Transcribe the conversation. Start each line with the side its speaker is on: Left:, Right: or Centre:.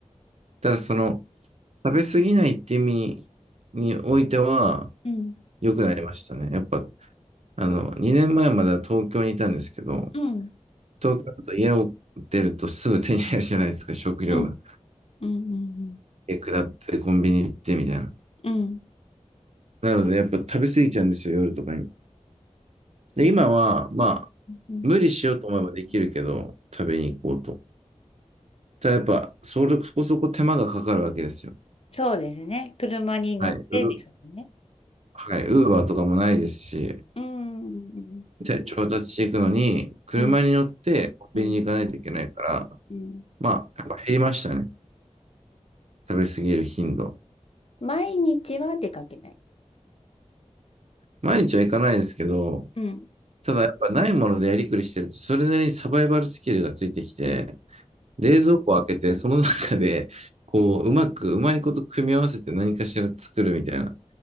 Right: ただ、その、食べ過ぎないって意味においては、
Left: うん。
Right: 良くなりましたね。やっぱ、あの、2年前まえまでは東京にいたんですけど、
Left: うん。
Right: 東京だと家を出るとすぐ手に入るじゃないですか、食料が。
Left: うん。うん。
Right: え、下ってコンビニ行ってみたいな。
Left: うん。
Right: なので、やっぱ食べ過ぎちゃうんですよ、夜とかに。で、今は、まあ、
Left: うん。
Right: 無理しようと思えばできるけど、食べに行こうと。ただやっぱ、それそこそこ手間がかかるわけですよ。
Left: そうですね。車に乗ってですもんね。
Right: はい。ウーはい。ウーバーとかもないですし、
Left: うん。うん。
Right: で調達していくのに、車に乗ってコンビニに行かないといけないから、
Left: うん。うん。
Right: まあ、やっぱ減りましたね。食べ過ぎる頻度。
Left: 毎日は出かけない。
Right: 毎日は行かないですけど、
Left: うん。
Right: ただやっぱないものでやりくりしてると、それなりにサバイバルスキルがついてきて、冷蔵庫を開けて、その中で、こう、うまく、うまいこと組み合わせて何かしら作るみたいな